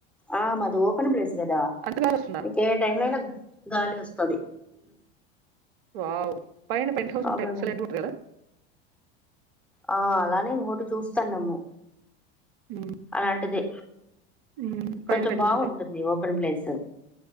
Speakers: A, in the centre; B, on the right (about 65°).
A: ఆ మాది ఓపెన్ ప్లేస్ కదా
B: అంతగాలి వస్తుందా
A: ఏ టైం లే గాలి వస్తది
B: వావ్ పైన పెంట్ హౌస్
A: ప్రాబ్లమ్
B: ఉంటే ఎక్సలెంట్ గా ఉంటంది కదా
A: ఆ అలానే ఇంకోటి చూస్తానమ్ము
B: ఉమ్,
A: అలాంటిది
B: ఉమ్, పైన
A: కొంచెం
B: పెంట్
A: బాగుంటుంది
B: హౌస్ ఉంటే
A: ఓపెన్ ప్లేస్